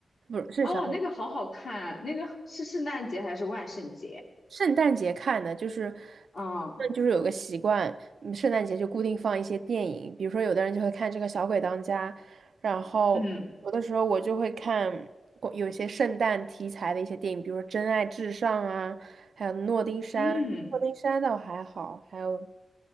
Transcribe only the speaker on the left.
哦，
那个好好看啊那个是圣诞节还是万圣节？
嗯
嗯
嗯，